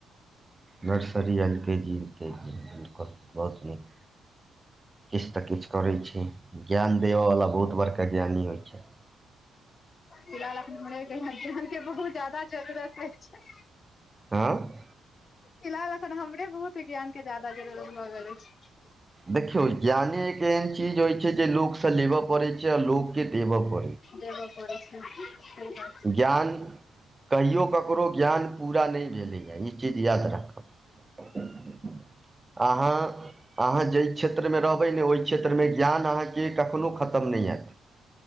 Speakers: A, on the right; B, on the left.
A: nursery L K G U K G बहुत नीक किछु तऽ किछु करै छी ज्ञान देबयवला बहुत बड़का ज्ञानी होइ छै
B: फिलहाल एखह जहान के बहुत जादा जरूरत छै
A: आँ
B: फिलहाल अखन हमरे बहुत ज्ञान के जदा जरूरत भऽ गेल अछि
A: देखियौ ज्ञाने एक एहन चीज होइ छै जे लोकसँ लेबऽ पड़ै छै आ लोक के देवय पड़े
B: देब पड़ै छै सही बात
A: ज्ञान कहियो ककरो ज्ञान पुरा नइ भेलै ह इ चीज याद राखब अहाँ अहाँ जैइ क्षेत्रमे रहबै ने ओइ क्षेत्रमे ज्ञान अहाँके कखनो खतम नइ हैत